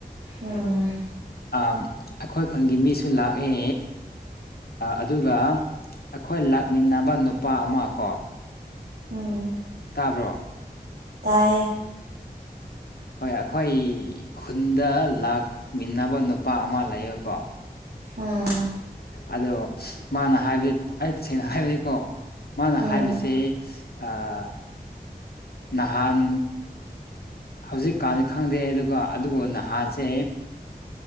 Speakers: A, on the right (about 80°); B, on the left (about 75°).
A: ꯑꯣꯥ
B: ꯑ ꯑꯩꯈꯣꯏ ꯈꯨꯟꯒꯤ ꯃꯤꯁꯨ ꯂꯥꯛꯑꯦ ꯑꯗꯨꯒ ꯑꯩꯈꯣꯏ ꯂꯥꯛꯃꯤꯟꯅꯕ ꯅꯨꯄꯥ ꯑꯃ ꯀꯣ
A: ꯎꯝ
B: ꯇꯥꯕ꯭ꯔꯣ
A: ꯇꯥꯏꯌꯦ
B: ꯍꯣꯏ ꯑꯩꯈꯣꯏ ꯈꯨꯟꯗ ꯂꯥꯛꯃꯤꯟꯅꯕ ꯅꯨꯄꯥ ꯑꯃ ꯂꯩꯌꯦꯀꯣ
A: ꯑꯥ
B: ꯑꯗꯣ ꯃꯥꯅ ꯍꯥꯏꯕꯗꯤ ꯑꯩ ꯇꯁꯦꯡꯅ ꯍꯥꯏꯕꯅꯤꯀꯣ ꯃꯥꯅ
A: ꯎꯝ
B: ꯍꯥꯏꯕꯕꯁꯤ ꯑꯥ ꯅꯍꯥꯟ ꯍꯧꯖꯤꯛꯀꯥꯟꯁꯨ ꯈꯪꯗꯦ ꯑꯗꯨꯒ ꯑꯗꯨꯕꯨ ꯅꯍꯥꯟꯁꯦ